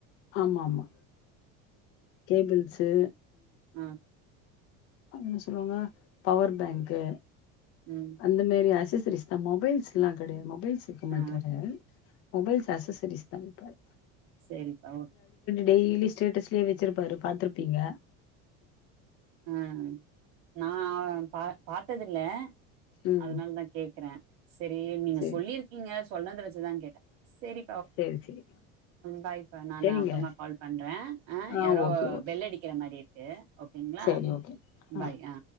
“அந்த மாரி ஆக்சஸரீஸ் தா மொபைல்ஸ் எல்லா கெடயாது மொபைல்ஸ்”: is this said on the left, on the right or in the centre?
Left